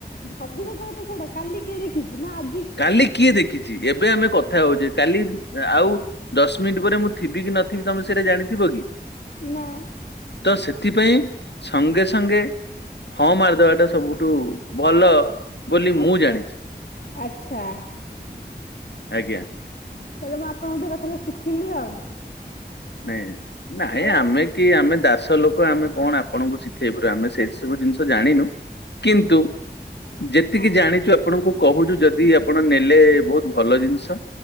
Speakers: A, on the left; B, on the left.
A: ଭବିଷ୍ୟତ କଥା ଛାଡ଼ କାଲି କିଏ ଦେଖିଚି ନା ଆ
B: କାଲି କିଏ ଦେଖିଚି ଏବେ ଆମେ କଥା ହଉଛେ କାଲି ଆଉ ଦଶ ମିନିଟ୍ ପରେ ମୁଁ ଥିବି କି ନଥିବି ତମେ ସେଇଟା ଜାଣିଥିବ କି?
A: ନା।
B: ତ ସେଥିପାଇଁ ସଙ୍ଗେ ସଙ୍ଗେ ହଁ ମାରିଦେବା ଟା ସବୁଠୁ ଭଲ ବୋଲି ମୁଁ
A: ଆଚ୍ଛା
B: ଜାଣିଚି।
A: ଆଚ୍ଛା।
B: ଆଜ୍ଞା।
A: ତାହେଲେ ମୁଁ ଆପଣଙ୍କଙ୍କୁ ଟିକେ କଥାଟା ଶିଖିଲି ଆଉ।
B: ନାଇଁ ନାଇଁ
A: ଆଉ
B: ଆମେ କି ଆମେ ଦାସ ଲୋକ ଆମେ କଣ ଆପଣଙ୍କୁ ଶିଖେଇବାରୁ ଆମେ ସେଇ ସବୁ ଜିନିଷ ଜାଣିନୁ କିନ୍ତୁ ଯେତିକି
A: ହଁ
B: ଜାଣିଚୁ ଆପଣଙ୍କୁ କହୁଚୁ ଯଦି ଆପ ଆପଣ ନେଲେ ବହୁତ ଭଲ ଜିନିଷ